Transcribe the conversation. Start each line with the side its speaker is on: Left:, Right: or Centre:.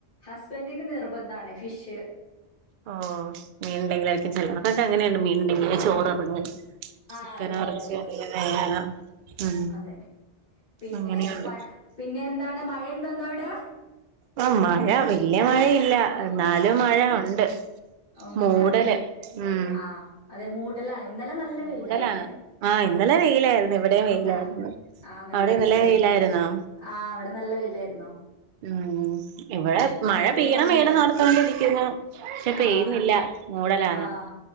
Left: ഹസ്ബെൻ്റിന് നിർബന്ധാണ് ഫിഷ്.
Right: ഓഹ് മീൻണ്ടെങ്കിലായിരിക്കും ചെലോർക്കൊക്കങ്ങനെണ് മീൻണ്ടെങ്കിലെ ചോറെറങ്ങ.
Left: ആഹ്
Right: ചിക്കാനോ
Left: അതെ അതെ
Right: എറച്ചിയോ
Left: അതെ
Right: എന്തെങ്കിം
Left: അതെ.
Right: വേണം. ഉം
Left: അതെ പിന്നെ
Right: അങ്ങനെയുണ്ട്
Left: പ പിന്നെ എന്താണ് മഴ ണ്ടോ ഇന്നവടെ
Right: ആഹ് മഴ വെല്യ മഴയില്ല എന്നാലും മഴ ഉണ്ട്.
Left: ഉണ്ടല്ലേ
Right: മൂടല് ഉം.
Left: ആഹ് അതെ മൂടലാണ് ഇന്നലെ നല്ല
Right: മൂടലാ
Left: വെയിലായിര്ന്നേ.
Right: ആഹ് ഇന്നലെ വെയിലായിരുന്നു ഇവിടെയും വെയിലായിരുന്നു
Left: ആഹ് ആഹ് നല്ല
Right: അവിടെ
Left: വെയിലുണ്ടായിര്
Right: ഇന്നലെ വെയിലായിരുന്നോ
Left: ആഹ് അവടെ നല്ല വെയിലായിര്ന്നോ?
Right: ഉം ഇവടെ മഴ പെയ്യണം
Left: ഒരുപാടുണ്ടായിരുന്നു
Right: പെയ്യണം ന്നാർത്തൊണ്ടിരിക്കുന്നു. പക്ഷെ പെയ്യ്ന്നില്ല
Left: ആഹ്
Right: മൂടലാന്ന്.
Left: ആഹ്